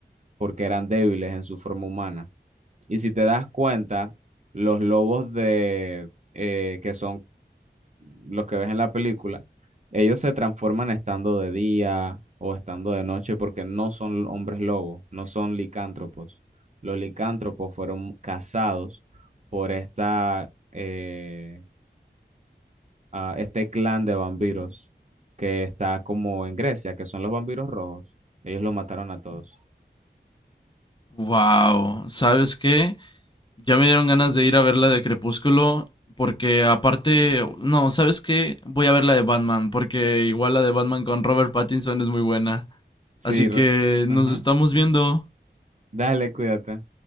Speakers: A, on the right (about 40°); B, on the left (about 25°).
A: porque eran débiles en su forma humana. Y si te das cuenta, los lobos de, eh, que son los que ves en la película, ellos se transforman estando de día o estando de noche porque no son hombres lobos, no son licántropos. Los licántropos fueron cazados por esta, eh, ah, este clan de vampiros que está como en Grecia, que son los vampiros rojos. Ellos los mataron a todos.
B: Wow, ¿sabes qué? Ya me dieron ganas de ir a ver la de Crepúsculo, porque aparte, no, ¿sabes qué? Voy a ver la de Batman, porque igual la de Batman con Robert Pattinson es muy buena.
A: Sí,
B: Así
A: r-
B: que
A: ajá.
B: nos estamos viendo.
A: Dale, cuídate.